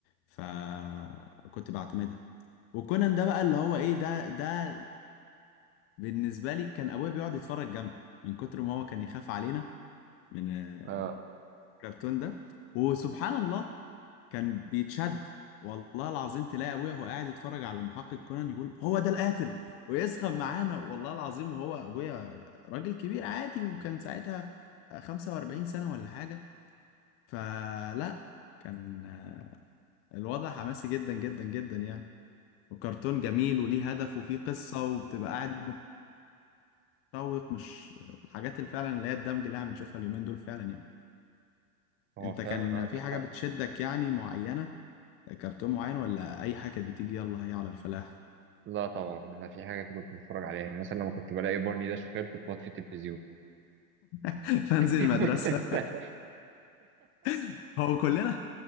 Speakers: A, on the left; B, on the right.
A: فكنت بعتمدها وكونان ده بقى اللي هو ايه ده ده بالنسبة لي كان أبويا بيقعد يتفرج جنبي من كتر ما هو كان يخاف علينا من آه،
B: اه
A: الكرتون ده وسبحان الله كان بيتشد والله العظيم تلاقي أبويا وهو قاعد يتفرج على المحقق كونان يقول هو ده القاتل ويسخن معانا والله العظيم وهو أبويا راجل كبير عادي وكان ساعتها آه، 45 سنة ولا حاجة فلا كان آه، الوضع حماسي جدا جدا جدا يعني وكرتون جميل وليه هدف وفيه قصة وبتبقى قاعد تشوق مش الحاجات اللي فعلا اللي هي الدمج اللي احنا بنشوفها اليومين دول فعلا يعني
B: هو
A: انت
B: فعلا
A: كان
B: عندك
A: في حاجة
B: حق
A: بتشدك يعني معينة كرتون معين ولا اي حاجة كانت بتيجي يلا هي على الفلاح
B: لا طبعا انا في حاجه كنت بتفرج عليها يعني مثلا لما كنت بلاقي بارني ده شغال كنت بطفي التلفزيون
A: <laughs> فانزل
B: <laughs>
A: المدرسة <laughs> هو كلنا